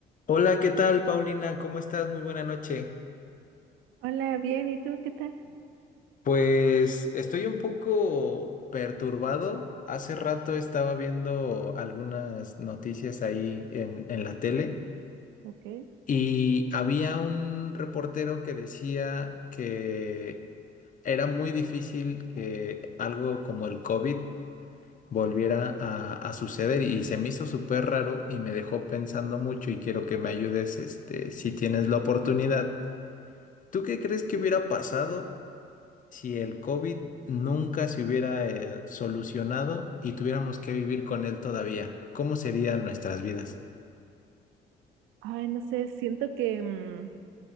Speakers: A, on the left; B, on the right.
A: Hola, ¿qué tal, Paulina? ¿Cómo estás? Muy buena noche.
B: Hola, bien, ¿y tú qué tal?
A: Pues estoy un poco perturbado. Hace rato estaba viendo algunas noticias ahí en, en la tele
B: Ok,
A: y había un reportero que decía que era muy difícil que algo como el COVID volviera a, a suceder y se me hizo súper raro y me dejó pensando mucho y quiero que me ayudes, este, si tienes la oportunidad ¿Tú qué crees que hubiera pasado si el COVID nunca se hubiera eh, solucionado y tuviéramos que vivir con él todavía? ¿Cómo serían nuestras vidas?
B: Ay, no sé, siento que, mm,